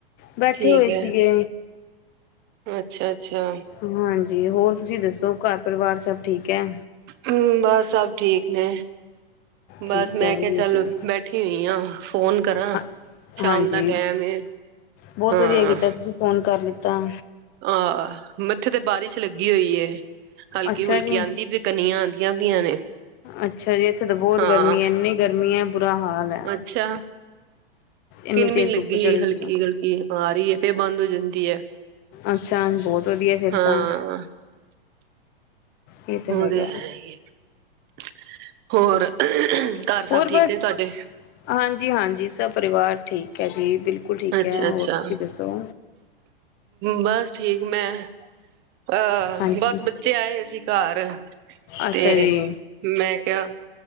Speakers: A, on the left; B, on the right.
A: ਬੈਠੇ
B: ਠੀਕ
A: ਹੋਏ
B: ਐ,
A: ਸੀਗੇ
B: ਅੱਛਾ ਅੱਛਾ।
A: ਹਾਂਜੀ, ਹੋਰ ਤੁਸੀਂ ਦੱਸੋ ਘਰ ਪਰਿਵਾਰ ਸਭ ਠੀਕ ਐ?
B: ਹੂੰ ਬਸ ਸਭ ਠੀਕ ਨੇ,
A: ਠੀਕ
B: ਬਸ ਮੈਂ
A: ਹੈ ਵਧੀਆ
B: ਕਿਹਾ ਚਲ
A: ਚਲੋ
B: ਬੈਠ ਬੈਠੀ ਹੋਈ ਆ, ਫੋਨ ਕਰਾ
A: ਹਾਂ
B: ਸ਼ਾਮ
A: ਹਾਂਜੀ
B: ਦਾ ਟੈਮ ਐ
A: ਬਹੁਤ
B: ਹਾਂ।
A: ਵਧੀਆ ਕੀਤਾ ਤੁਸੀਂ ਫੋਨ ਕਰ ਲਿੱਤਾ।
B: ਹਾਂ ਮੱਥੇ ਤੇ ਬਾਰਿਸ਼ ਲੱਗੀ ਹੋਈ ਏ। ਹਲਕੀ
A: ਅੱਛਾ
B: ਹੁਲਕੀ
A: ਜੀ
B: ਆਂਦੀ ਪਈ ਕਣੀਆਂ ਆਂਦੀਆਂ ਪਈਆਂ ਨੇ,
A: ਅੱਛਾ ਜੀ ਇੱਥੇ ਤਾਂ ਬਹੁਤ
B: ਹਾਂ।
A: ਗਰਮੀ ਹੈ ਇੰਨੀ ਗਰਮੀ ਐ ਬੁਰਾ ਹਾਲ। ਹੈ
B: ਅੱਛਾ,
A: ਇੰਨੀ
B: ਕਿਣਮਿਣ
A: ਤੇਜ਼
B: ਲੱਗੀ
A: ਧੁੱਪ ਚੜੀ
B: ਹਲਕੀ
A: ਹੋਈ ਹੈ
B: ਹਲਕੀ। ਆ ਰਹੀ ਐ ਫੇਰ ਬੰਦ ਹੋ ਜਾਂਦੀ ਏ।
A: ਅੱਛਾ ਬਹੁਤ ਵਧੀਆ ਫਿਰ
B: ਹਾਂ
A: ਤਾਂ। ਇਹ ਤਾਂ
B: ਓ
A: ਹੈਗਾ
B: ਤੇ ਹੈ ਇਸ ਏ, ਹੋਰ? ਘਰ ਸਭ
A: ਹੋਰ
B: ਠੀਕ
A: ਬਸ,
B: ਨੇ ਤੁਹਾਡੇ
A: ਹਾਂਜੀ ਹਾਂਜੀ ਸਭ ਪਰਿਵਾਰ ਠੀਕ ਐ ਜੀ ਬਿਲਕੁਲ। ਬਿਲਕੁਲ ਠੀਕ
B: ਅੱਛਾ
A: ਐ,
B: ਅੱਛਾ
A: ਹੋਰ ਤੁਸੀਂ ਦੱਸੋ?
B: ਬਸ ਠੀਕ ਮੈਂ। ਆ
A: ਹਾਂਜੀ
B: ਬਸ ਬੱਚੇ ਆਏ ਹੋਏ ਸੀ ਘਰ
A: ਅੱਛਾ
B: ਤੇ
A: ਜੀ
B: ਮੈਂ ਕਿਆ